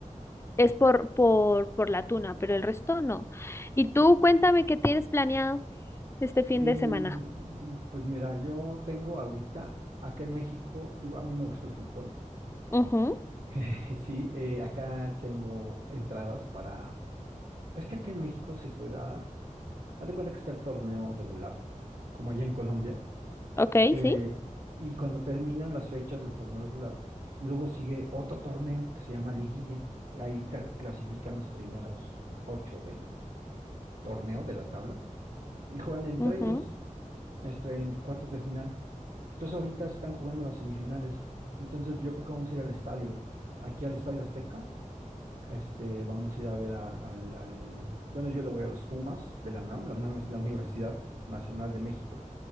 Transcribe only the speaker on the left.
es por, por, por la tuna, pero el resto no. Y tú cuéntame qué tienes planeado este fin
de semana.
Ujú,
Ok,
sí.
ujú,